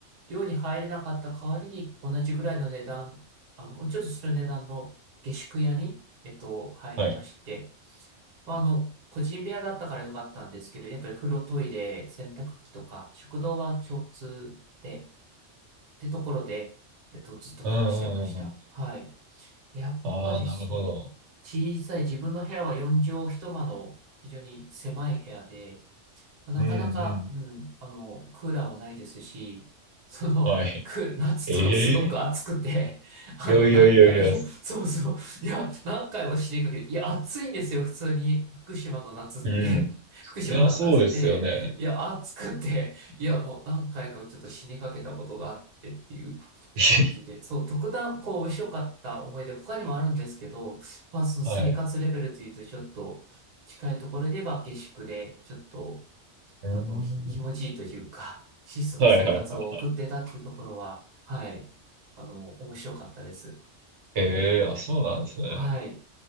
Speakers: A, on the right; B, on the right.
A: 寮に入れなかった代わりに同じぐらいの値段、あ、もうちょっとする値段の下宿屋に、えっと、入りまして、
B: はい。
A: まあ、あの、個人部屋だったからよかったんですけど、やっぱり風呂、トイレ、洗濯機とか、食堂が共通で、ってところで、えっと、ずっと暮らしてました。
B: うんうんうんうん。
A: はい。やっぱりそう。
B: ああ、なるほど。
A: 小さい、自分の部屋は4畳一間の非常に狭い部屋で、まあなかなか、
B: うんうん。
A: うん、あの、クーラーもないですし、その、
B: は
A: く、夏とかすごく暑くて、
B: い。ええ
A: <laughs> あの、
B: いやいやいやいや。
A: 何回も、<laughs> そうそう、いや、何回も死にかけて、いや、暑いんですよ、普通に。福島の夏って、
B: うん。
A: <laughs>
B: それはそうですよね。
A: 福島だったんですけど、ええいや、暑くて、いや、もう何回かちょっと死にかけたことがあってっていう
B: <laughs>
A: 感じで、そう、特段、こう、面白かった思い出、他にもあるんですけど、まあ、その生活レベルというと、
B: はい。
A: ちょっと、近いところで言えば下宿で、ちょっと、
B: うん。
A: あの、ひ、気持ちいいというか、<laughs> 質素な生活を送ってたっていうところは、
B: はいはいはい。
A: はい、あの、面白かったです。
B: ええ、あ、そうなんですね。
A: はい。